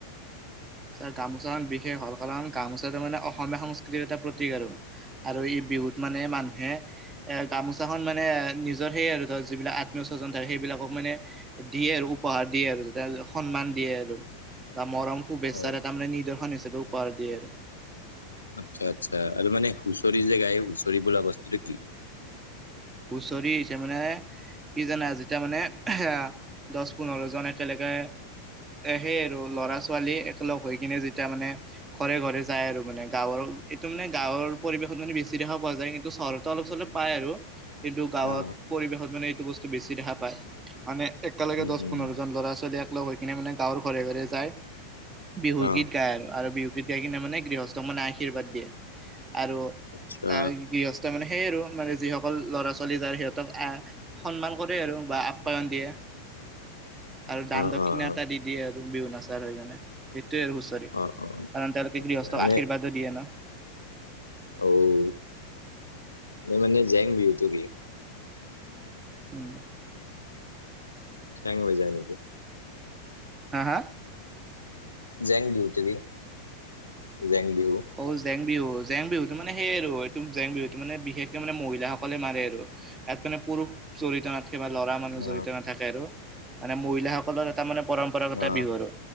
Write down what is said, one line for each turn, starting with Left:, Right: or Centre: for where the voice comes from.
Right: ছ গামোচা বিশেষ হল কাৰণ গামোচাটো মানে অসমীয়া সংস্কৃতিৰ এটা স আৰু আৰু ই বিহুত মানে মানুহে এ গামোচাখন মানে নিজৰ সেই আৰু ধ যিবিলাক আত্মীয় স্বজন থাৰ সেইবিলাকক মানে দিয়ে আৰু উপহাৰ দিয়ে আৰু সন্মান দিয়ে আৰু বা মৰম শুভেচ্ছাৰ
Left: অ
Right: এটা মানে নিদৰ্শন হিাপে উপহাৰ দিয়ে আৰু
Left: আচ্ছা আচ্ছা আৰু মানে হুঁচৰি যে গাই হুঁচৰি বলা বস্তুটো কি
Right: উচৰিছে মানে কিজানে যেতিয়া মানে এ দহ পোন্ধৰ জন একেলগে এ সেই আৰু ল'ৰা ছোৱালী একেলগ হৈ কিনে যেতিয়া মানে ঘৰে ঘৰে যায় আৰু মানে গাঁৱৰ এইটো মানে গাঁৱৰ পৰিৱেশত মানে বেছি দেখা পোৱা যায় কিন্তু চহটো অলপ চলপ পায় আৰু কিন্তু গাঁৱত
Left: অ
Right: পৰিৱেশত মানে এইটো বস্তু বেছি দেখা পায় মানে একেলগে
Left: উম
Right: দহ
Left: উম
Right: পোন্ধৰ জন ল'ৰা ছোৱালী এককলগ হৈ কিনে মানে গাঁৱৰ ঘৰে ঘৰে যায় বিহুগীত
Left: অ
Right: গায় আৰু বিহুগীত গাই কিনে মানে গৃহস্থ মানে আশীৰ্বাদ দিয়ে। আৰু
Left: আচ্ছা
Right: আহ গৃহস্থ মানে সেইয় আৰু মানে যিসকল ল'ৰাাল। চলি যায় সিহঁতক আহ সন্মান কৰে আৰু বা আপ্যায়ন দিয়ে। আৰু দান
Left: অ
Right: দক্ষিণা
Left: অ অ
Right: এটা দিদিয়ে আৰু বিহু নাচাৰ হৈ জানে সেইটোয়ে আৰু হুচৰি
Left: অ অ
Right: কাৰণ তেওঁলোকে
Left: আচ্ছা
Right: গৃহস্থক
Left: এনে
Right: আশীৰ্বাদো দিয়ে ন
Left: অ' এ মানে জেং বিহ তু কি
Right: উম <inaudible>
Left: চেং হৈ যায় নেকি?
Right: হা হা?
Left: জেং বিহুতি জেং বিহু।
Right: অ জেং বিহু জেং বিহুতো মানে সেই আৰু। এইটো জেং বিহুতো মানে বিশেষকে মানে মহিলাসকলে মাৰে আৰু ইয়াত মানে পুৰুষ জড়িত নাথ কিবা লৰা মানুহ
Left: অ
Right: জড়িত নাথাকে আৰু মানে মহিলাসকলৰ এটা মানে পৰম্পৰাগত
Left: অ
Right: বিহু আৰু।